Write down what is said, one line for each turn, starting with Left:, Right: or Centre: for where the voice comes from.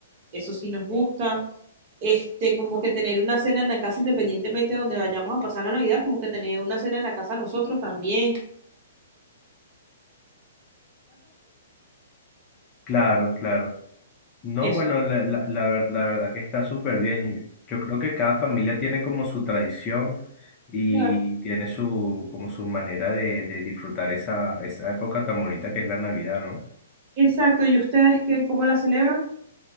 Right: eso sí nos gusta. Este, como que tener una cena en la casa independientemente de donde vayamos a pasar la Navidad, como que tener una cena en la casa nosotros también.
Left: Claro, claro. No,
Right: Eso.
Left: bueno, la, la, la, ver- la verdad que está súper bien. Yo creo que cada familia tiene como su tradición y
Right: claro,
Left: tiene su, como su manera de, de disfrutar esa, esa época tan bonita que es la Navidad, ¿no?
Right: Exacto, ¿y ustedes qué, cómo la celebran?